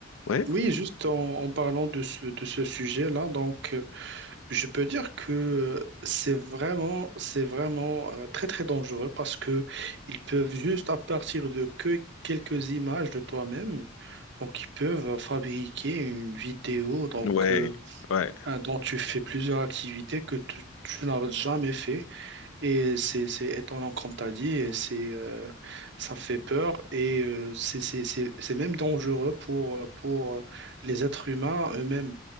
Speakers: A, on the left; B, on the right.
A: ouais.
B: oui, juste en, en parlant de ce, de ce sujet-là, donc, euh, je peux dire que euh, c'est vraiment, c'est vraiment euh, très, très dangereux parce que ils peuvent juste, à partir de que quelques images de toi-même, donc, ils peuvent fabriquer une vidéo, donc,
A: Ouais,
B: euh,
A: ouais,
B: euh, dont tu fais plusieurs activités que tu, tu n'as jamais fait Et c'est, c'est étonnant, comme tu as dit, et c'est, euh, ça fait peur et euh, c'est c'est- c'est- c'est même dangereux pour, euh, pour euh, les êtres humains eux-mêmes.